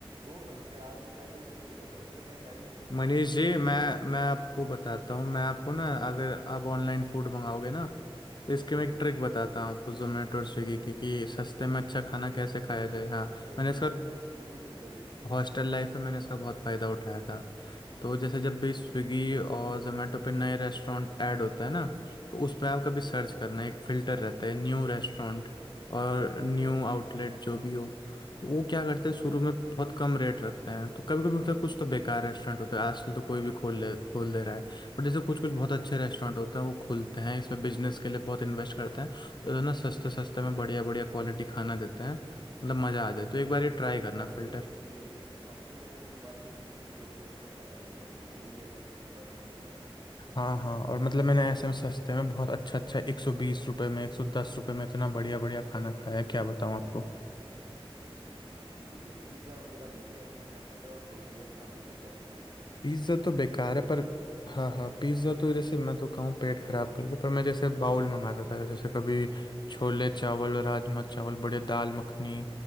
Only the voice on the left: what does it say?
मनीष
जी
मैं
मैं आपको बताता हूँ मैं आपको ना अगर आप ऑनलाइन फूड मंगाओगे ना तो इसके मैं एक ट्रिक बताता
हूँ आपको
जोमेटो और स्विगी की कि सस्ते में अच्छा खाना
कैसे
खाया जाए हाँ
मैंने
इसका
हॉस्टल लाइफ में मैंने इसका बहुत फ़ायदा उठाया था तो जैसे जब भी स्विगी और जोमेटो पे नए रेस्टोरेंट ऐड होते हैं ना तो उस पर आप कभी सर्च करना एक फ़िल्टर रहता है न्यू रेस्टोरेंट और न्यू आउटलेट जो भी हो तो वो क्या करते हैं शुरू में बहुत कम रेट रखते हैं तो कभी कभी होता है कुछ तो बेकार रेस्टोरेंट होते हैं आजकल तो कोई भी खोल ले खोल दे रहा है पर जैसे कुछ कुछ बहुत अच्छे रेस्टोरेंट होते हैं वो खुलते हैं इसमें बिजनेस के लिए बहुत इन्वेस्ट करते हैं तो इतना सस्ते सस्ते में बढ़िया बढ़िया क्वालिटी खाना देते हैं मतलब मज़ा आ जाए तो एक बार ये ट्राई
करना
फ़िल्टर
हाँ हाँ और मतलब मैंने ऐसे में सस्ते में बहुत अच्छा अच्छा एक सौ बीस रुपये में एक सौ दस रुपये में इतना बढ़िया बढ़िया खाना खाया है, क्या बताऊँ आपको
पिज्ज़ा तो बेकार
है
पर
हाँ हाँ पिज्ज़ा तो जैसे मैं तो कहूँ पेट खराब करता पर मैं जैसे बाउल मंगाता था जैसे कभी छोले चावल और राजमा चावल बढ़िया दाल मखनी